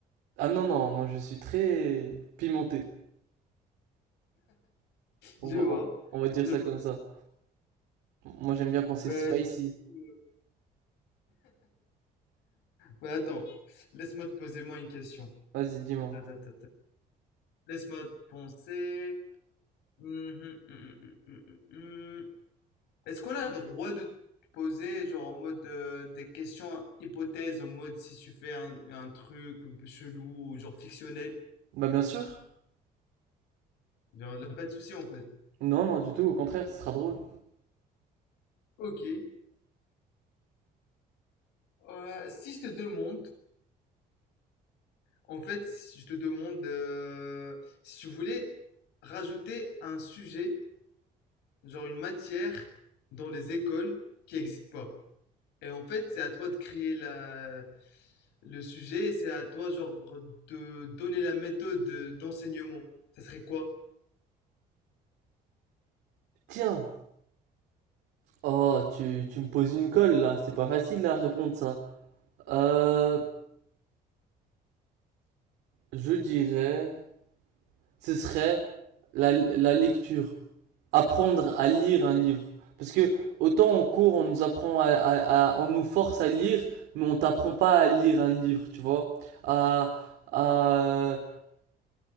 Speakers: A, on the right (about 90°); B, on the left (about 90°).
A: Ah non, non, moi, je suis très pimenté. On
B: Je
A: va,
B: vois.
A: on va dire
B: Je
A: ça
B: vois.
A: comme ça. Moi, j'aime bien quand c'est
B: Bah,
A: spicy.
B: du coup, euh, bah, attends, laisse-moi te poser moi une question.
A: Vas-y, dis-moi.
B: Da, da, da, da. Laisse-moi te penser. Mhm, mhm, mhm, mhm, mhm. Est-ce qu'on a le droit de te poser, genre, en mode euh, des questions hypothèses, en mode si tu fais un, un truc chelou ou genre fictionnel?
A: Bah bien sûr.
B: Genre, là, pas de souci en fait.
A: Non, non, du tout, au contraire, ce sera drôle.
B: Ok. Euh, si je te demande, en fait, si je te demande euh, si tu voulais rajouter un sujet, genre une matière dans les écoles qui n'existe pas. Et en fait, c'est à toi de créer la, le sujet et c'est à toi, genre, de donner la méthode d'enseignement. Ça serait quoi?
A: Tiens, oh, tu, tu me poses une colle là, c'est pas facile à répondre ça. Euh, je dirais, ce serait la, la lecture. Apprendre à lire un livre. Parce que autant en cours, on nous apprend à, à- à- on nous force à lire, mais on t'apprend pas à lire un livre, tu vois. À, à,